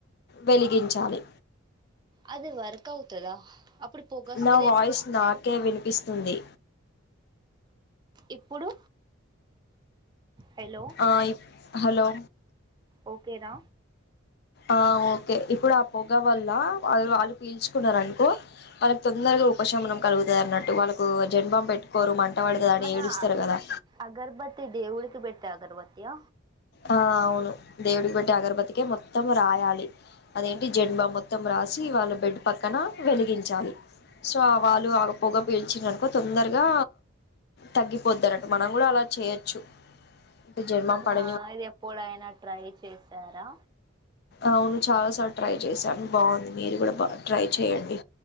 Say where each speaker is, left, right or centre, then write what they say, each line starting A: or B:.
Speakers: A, on the left; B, on the right.
A: వెలిగించాలి
B: అది వర్క్ త్తదా ఇప్పుడుపుగస్తదేమో
A: నా వాయిస్ నాకే వినిపిస్తుంది
B: ఇప్పు ఇప్పుడు హలో
A: ఆ ఇ హలో
B: ఓకేనాా
A: ఆ ఓకే ఇప్పుడు ఆ పొగ వల్ల వా వాళ్ళు పీల్చుకున్నారు అనుకో వాళ్ళకి తొందరగా ఉపశమనం కలుగుత అన్నట్టు వాళ్ళకు జంబామ్ పెట్టుకోరు మంట పడుతుంది అని
B: మన
A: ఏడుస్తారు కదా
B: అగర్బత్తి దేవుడికి పెట్టే అగర్బత్తి య
A: ఆ అవును దేవుడికి పెట్టి అగరబతికే మొత్తం రాయాలి అదేంటి జన్దూబాంబ్ మొత్తం రాసి వాళ్ళ బెడ్ పక్కన వెలిగించాలి సో వాళ్ళు ఆ పొగ పీల్చిరనుకో తొందరగా తగ్గిపోద్ద అన్నట్టు మనం కూడా అలా చేయచ్చు జన్మా పడ
B: ఆ ఇది ఎప్పుడైనా ట్రై చేశారా
A: అవును చాలా సార్లు ట్రై చేశాను బాగుంది మీరు కూడా బా ట్రై చేయండి